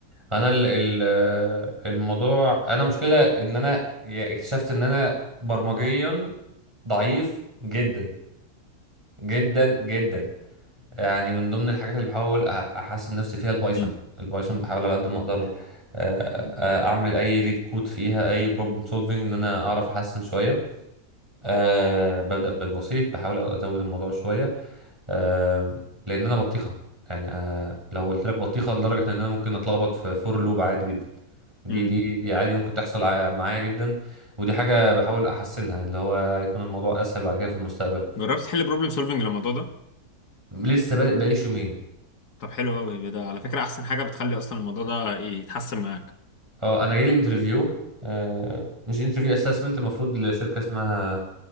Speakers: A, on the right; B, on the left.
A: انا ال ال الموضوع انا مشكلة ان انا يا- اكتشفت ان انا برمجيا ضعيف جدا جدا جدا يعني من ضمن الحاجات اللي بحاول أح- احسن نفسي فيها البايثون
B: امم
A: البايثون بحاول على قد ما اقدر آه، آه، اعمل اي ليد كود فيها اي بروبلم سولفنج ان انا اعرف احسن شويه أه ببدا بالبسيط بحاول ازود الموضوع شويه أه لان انا بطيخه يعني أه لو قلت لك بطيخه لدرجه ان انا ممكن اتلخبط في فور لوب عادي جدا دي
B: امم
A: دي دي عادي ممكن تحصل ع- معايا جدا ودي حاجه بحاول احسنها اللي هو يكون الموضوع اسهل بعد كده في المستقبل
B: جربت تحل بروبلم سولفنج للموضوع ده
A: لسه بادئ بقاليش يومين
B: طب حلو قوي ده على فكره احسن حاجه بتخلي اصلا الموضوع ده يتحسن معاك
A: اه انا جاي لي انترفيو آه مش انترفيو اسسمنت المفروض لشركه اسمها